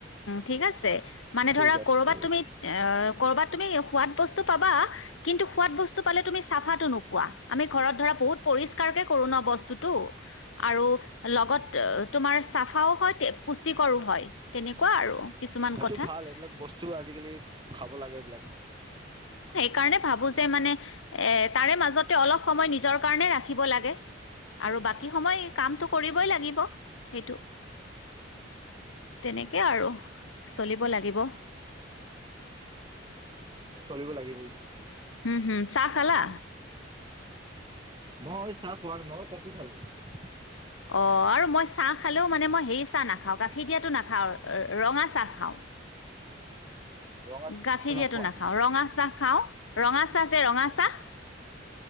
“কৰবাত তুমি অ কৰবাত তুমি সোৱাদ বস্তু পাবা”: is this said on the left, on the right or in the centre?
Left